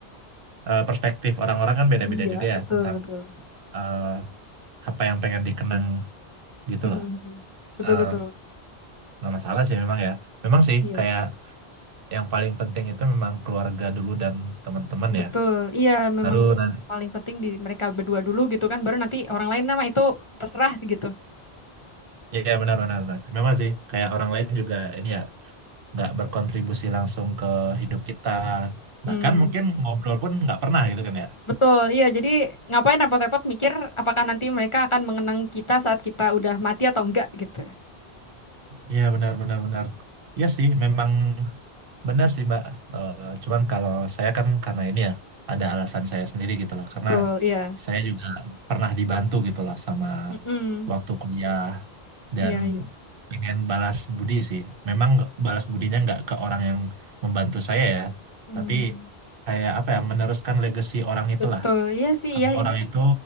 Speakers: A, on the right (about 60°); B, on the left (about 35°).
A: eh, perspektif orang-orang kan beda-beda
B: iya
A: juga
B: betul
A: ya tentang
B: betul
A: eh, apa yang pengen dikenang gitu
B: Mm,
A: loh
B: mm, mm. betul
A: Eh
B: betul
A: nggak masalah sih memang ya memang sih
B: iya
A: kayak yang paling penting itu memang keluarga dulu dan teman-teman
B: Betul,
A: ya
B: iya memang
A: baru nanti
B: paling penting di mereka berdua dulu gitu kan, baru nanti orang lain nama itu terserah gitu.
A: ya benar-benar memang sih kayak orang lain juga ini ya nggak berkontribusi langsung ke hidup kita
B: Hmm,
A: bahkan mungkin ngobrol pun nggak pernah gitu kan ya
B: betul, iya jadi ngapain repot-repot mikir apakah nanti mereka akan mengenang kita saat kita udah mati atau enggak gitu.
A: Iya benar benar benar Iya sih memang benar sih Mbak Eh, cuman kalau saya kan karena ini ya ada alasan saya sendiri gitu loh karena
B: Betul, iya.
A: saya juga pernah dibantu gitu loh sama
B: Mm-mm.
A: waktu kuliah dan
B: Iya, iya.
A: pengen balas budi sih memang nggak- balas budinya nggak ke orang yang membantu saya ya
B: Hmm,
A: tapi kayak apa ya meneruskan legacy orang itulah
B: betul, iya sih,
A: karena
B: iya
A: orang
B: ini kan.
A: itu